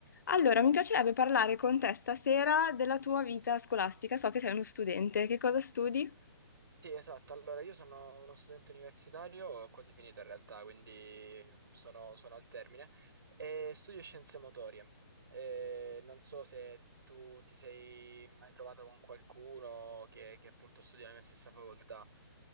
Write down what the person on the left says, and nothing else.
Allora, mi piacerebbe parlare con te stasera della tua vita scolastica. So che sei uno studente, che cosa studi?